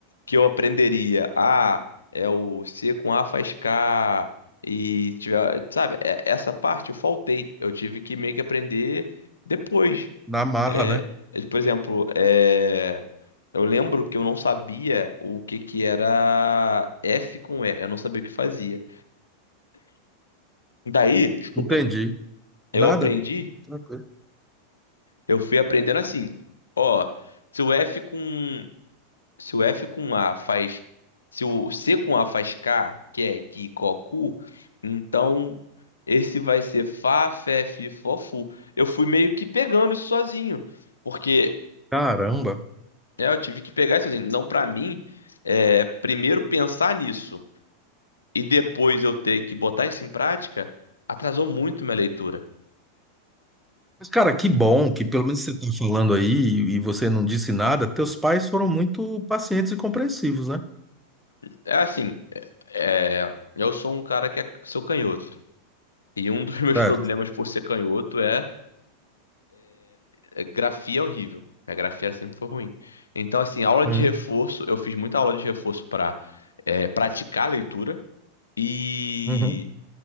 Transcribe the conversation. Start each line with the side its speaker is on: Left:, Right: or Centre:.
Left: que eu aprenderia, ah, é o C com A faz K, e tiver... Sabe? É- Essa parte eu faltei. Eu tive que meio que aprender depois.
Centre: Na marra,
Left: É,
Centre: né?
Left: é, por exemplo, é, eu lembro que eu não sabia o que que era F com E, eu não sabia o que fazia. Daí, desculpa,
Centre: Entendi.
Left: eu
Centre: Nada?
Left: aprendi,
Centre: Tranquilo.
Left: eu fui aprendendo assim, ó, se o F com, se o F com A faz, se o C com A faz K, que é que cocu, então esse vai ser Fá, Fé, Fi, Fofu. Eu fui meio que pegando isso sozinho, porque
Centre: Caramba.
Left: É, eu tive que pegar isso assim. Não, pra mim, é, primeiro pensar nisso e depois eu ter que botar isso em prática, atrasou muito minha leitura.
Centre: Mas, cara, que bom que pelo menos você tá falando aí e e você não disse nada. Teus pais foram muito pacientes e compreensivos, né?
Left: É assim, é, eu sou um cara que é, sou canhoto. E um dos <laughs> meus
Centre: Certo.
Left: problemas por ser canhoto é, é grafia é horrível. Minha grafia sempre foi ruim. Então, assim, aula
Centre: Uhum.
Left: de reforço, eu fiz muita aula de reforço pra é, praticar a leitura. E
Centre: Uhum.